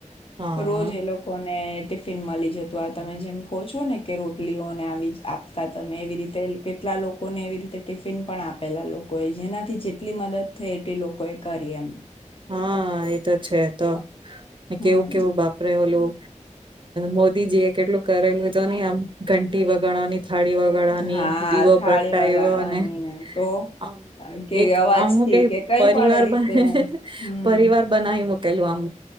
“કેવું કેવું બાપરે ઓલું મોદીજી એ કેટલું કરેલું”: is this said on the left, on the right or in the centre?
Right